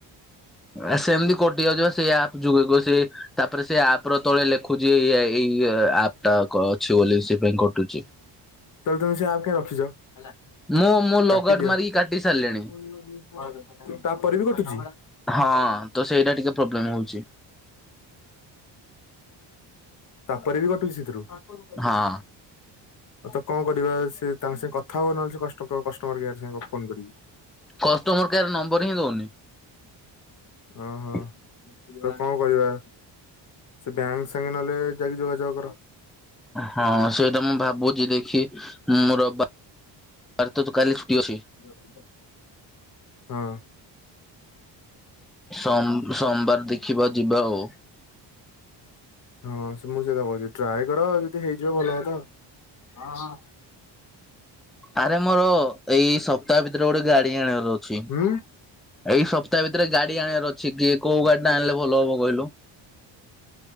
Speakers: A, in the centre; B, on the left.
A: ଆ ସେମିତି କଟି ଯାଉଛି ସେ ଆପ ଯୁଗକୁ ସେ ତାପରେ ସେ ଆପ ର ତଳେ ଲେଖୁଛି ଏଇ ଆପ୍ ଟା କ ଅଛି ବୋଲି ସେ ପାଇଁ କଟୁଛି।
B: ତାହେଲେ ତମେ ସେଇ ଆପ କାଇଁ ରଖିଛ ହେଲା <unintelligible>
A: ମୁଁ ମୁଁ ଲଗଆଉଟ୍
B: କାଟିଦିଅ
A: ମାରିକି କାଟି ସାରିଲିଣି
B: <unintelligible> ତାପରେ ବି କଟୁଛି?
A: ହଁ ତ ସେଇଟା ଟିକେ ପ୍ରୋବ୍ଲେମ ହଉଛି।
B: ତାପରେ ବି କଟୁଛି ସେଥିରୁ। ଆଉ
A: ହଁ
B: ତ କଣ କରିବା। ସେ ତାଙ୍କ ସେ କଥା ହୁଅନ ନହେଲେ ସେ କଷ୍ଟକ କଷ୍ଟମର କେୟାର ସାଙ୍ଗ ଗ ଫୋନ କରିକି।
A: କଷ୍ଟମର କେୟାର ନମ୍ବର ହିଁ ଦେଉନି।
B: ଓହୋ
A: ହଁ
B: <unintelligible> ତ କଣ କରିବା ସେ ବ୍ୟାଙ୍କ ସାଙ୍ଗେ ନହେଲେ ଯାଇକି ଯୋଗାଯୋଗ କର।
A: ହଁ ସେଇଟା ମୁଁ ଭାବୁଛି ଦେଖି ମୁଁ ରବି <unintelligible> ତ କାଲି ଛୁଟି ଅଛି।
B: <unintelligible> ହଁ
A: ସ-ସମବାର ଦେଖିବା ଯିବା ଆଉ।
B: ହଁ ସେ ମୁଁ ସେ <unintelligible> ଟ୍ରାଏ କର ଯଦି ହେଇଯିବ ଭଲ କଥା। ହଁ ହଁ।
A: ଆରେ ମୋର ଏଇ ସପ୍ତାହ ଭିତରେ ଗୋଟେ ଗାଡି ଆଣିବାର ଅଛି।
B: ହୁଁ।
A: ଏଇ ସପ୍ତାହ ଭିତରେ ଗାଡି ଆଣିବାର ଅଛି କିଏ କୋଉ ଗାଡି ଟା ଆଣିଲେ ଭଲ ହବ କହିଲୁ?